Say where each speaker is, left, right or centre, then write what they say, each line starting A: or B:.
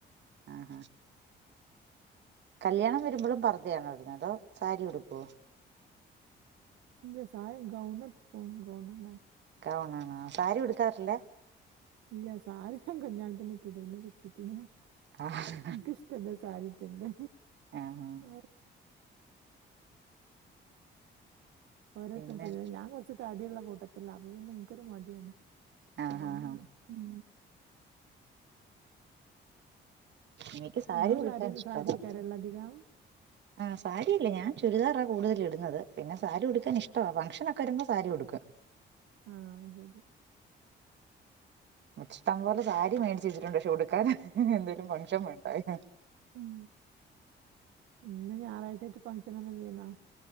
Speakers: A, on the right (about 65°); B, on the right (about 85°).
A: ആഹ് ആഹ് കല്യാണം വരുമ്പളും പർദ്ധയാണോ ഇട്ന്നത് സാരി ഉടുക്കാേ
B: ല്ല സാര ഗൗണ് ട്ക്കും ഗൗണന്നെ
A: ഗൗണാണോ സാരി ഉടുക്കാറില്ല
B: ഇല്ല സാരി ഞാൻ കല്യാണത്തിന് ചുറ്റ്യാതാ പിന്നെ ചുറ്റീട്ടില്ല
A: ആഹ്
B: ഇൻകിഷ്ട്ടല്ല സാരി ഉറ്റ്ന്ന്ത്
A: ആഹ്
B: ആ ഓരോരുത്തർ
A: പിന്നെ
B: <unintelligible> ഞാൻ കാെറച്ച് തടിള്ള കൂട്ടത്തിലാ അപ്പൊ പിന്നെ ഇൻക്കൊരു മടിയാണ്
A: ആഹ്
B: സാരിറ്റുമ്പോ
A: ആഹ്
B: ഉം <inaudible>
A: എനിക്ക്
B: ഇങ്ങള്
A: ഉടുക്കാൻ
B: സാരി
A: ഇഷ്ടവാ
B: സാര്യെക്കാരല്ലേ അധികം
A: ആഹ് സാരിയല്ല ഞാൻ ചുരിദാറാ കൂടുതല് ഇട്ന്നത് പിന്നെ സാരി ഉടുക്കാൻ ഇഷ്ടവാ ഫംഗ്ഷനൊക്ക് ക്കെ വരുമ്പം സാരി ഉടുക്കും
B: ആഹ് അഅ്സരി
A: ഇഷ്ടം പോലെ സാരി മേടിച്ച് വെച്ചിട്ടുണ്ട് പക്ഷെ ഉടുക്കാൻ എന്ത് ന് ഫംഗഷൻവേണ്ടേ അയിന്
B: ഉം ഇന്ന് ഞായറാഴ്ച ആയിട്ട് ഫങ്ഷൻ ഒന്നും ഇല്ലല്ലോ